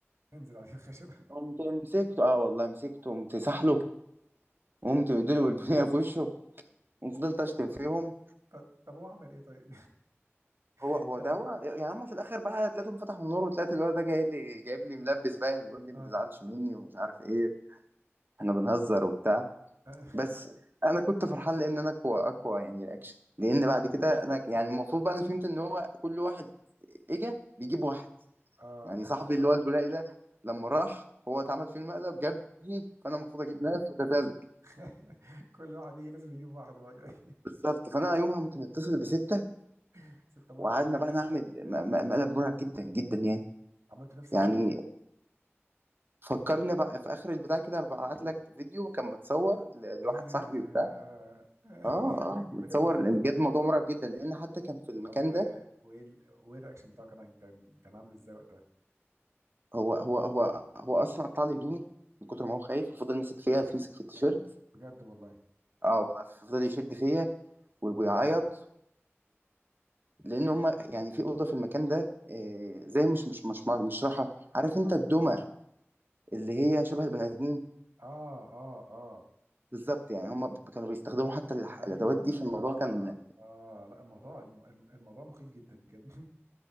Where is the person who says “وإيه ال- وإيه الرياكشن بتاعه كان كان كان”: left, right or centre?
Right